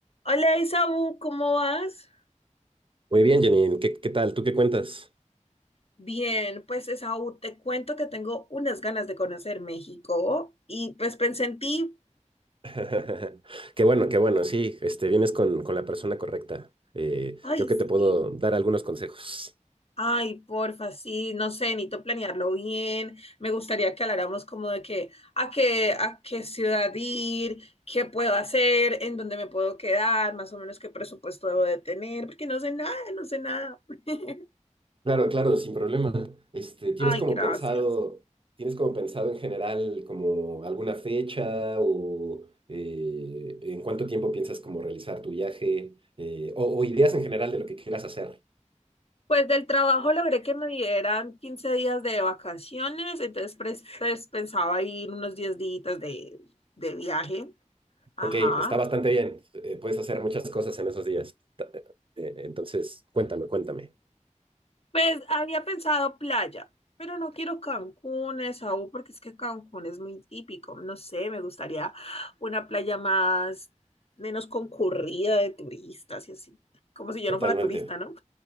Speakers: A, on the left; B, on the right.
A: Hola Esaú, ¿cómo vas?
B: Muy bien, Janine. ¿Qué, qué tal? ¿Tú qué cuentas?
A: Bien, pues Esaú, te cuento que tengo unas ganas de conocer México y pues pensé en ti,
B: <laughs> Qué bueno, qué bueno. Sí, este, vienes con, con la persona correcta. Eh,
A: ay
B: creo que te
A: sí,
B: puedo dar algunos consejos.
A: ay porfa, sí, no sé, necesito planearlo bien, me gustaría que habláramos como de que a qué, a qué ciudad ir, qué puedo hacer, en dónde me puedo quedar, más o menos qué presupuesto debo de tener, porque no sé nada, no sé nada. <laughs>
B: Claro, claro, sin problema. Este, ¿tienes
A: Ay,
B: como
A: gracias.
B: pensado, tienes como pensado en general como alguna fecha o eh, en cuánto tiempo piensas como realizar tu viaje Eh, o, o ideas en general de lo que quieras hacer?
A: Pues del trabajo logré que me dieran 15 días de vacaciones, entonces pres- pues, pensaba ir unos 10 días de, de viaje. Ajá.
B: Ok, pues está bastante bien. Eh, puedes hacer muchas cosas en esos días. Ta- eh, Entonces, cuéntame, cuéntame.
A: Pues había pensado playa, pero no quiero Cancún, Esaú, porque es que Cancún es muy típico. No sé, me gustaría una playa más, menos concurrida de turistas y así. Como si yo
B: Totalmente.
A: no fuera turista, ¿no?